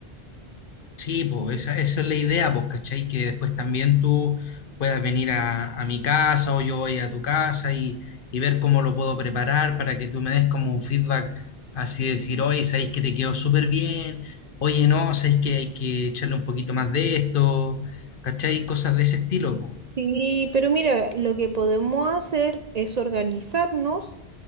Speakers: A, on the left; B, on the right.
A: Sí, pues esa, esa es la idea, pues, ¿cachai? Que después también tú puedas venir a, a mi casa o yo voy a tu casa y, y ver cómo lo puedo preparar para que tú me des como un feedback, así de decir, oye, sabéis que te quedó súper bien, oye, no, sabéis que hay que echarle un poquito más de esto, ¿cachai? Cosas de ese estilo, pues.
B: Sí, pero mira, lo que podemos hacer es organizarnos